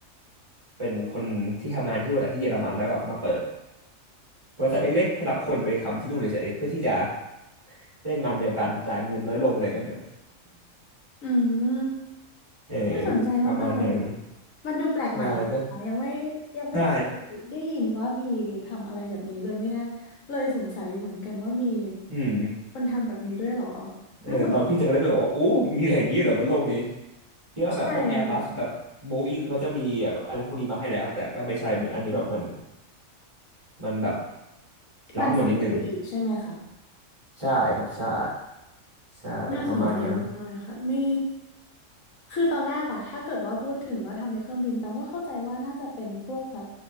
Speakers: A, on the right; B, on the left.
A: เป็นคนที่ทำงานที่บริษัทที่เยอรมันแล้วแบบมาเปิดบริษัทเล็กๆเพื่อรับคนไปทำที่นู่นเฉยๆเพื่อที่จะได้งานเดียวกันจ่ายเงินน้อยลงอะไรกันนะ
B: อืม
A: <laughs> เออ
B: น่าสนใจมากๆเลยค่ะ
A: ประมาณนั้น
B: มันดูแปลกใหม่ดีค่ะยังไม่
A: ใช่ก็
B: ยังไม่เคยได้ยินว่ามีทำอะไรแบบนี้เลยไม่น่าเลยสงสัยอยู่เหมือนกันว่ามี
A: ใช่อืม
B: คนทำแบบนี้ด้วยเหรอ
A: เออตอนพี่เจอเขาแล้วพี่บอกว่าโอ้มีอะไรอย่างนี้เหรอบนโลกนี้
B: น่าสนใจมาก
A: คิดว่าแบบพวกแอร์บัสแบบโบอิงเขาจะมีแบบอะไรพวกนี้มาให้แล้วแต่ก็ไม่ใช่เหมือนอันนี้แบบมัน
B: ใช่ค่ะ
A: มันแบบล้ำกว่านิดนึง
B: มันเสิร์มไปอีกใช่ไหมคะ
A: ใช่ครับใช่ใช่ประมาณนั้น
B: น่าสนใจมากๆเลยค่ะมีคือตอนแรกอะถ้าเกิดว่าพูดถึงว่าทำในเครื่องบินตองก็เข้าใจว่าน่าจะเป็นพวกแบบ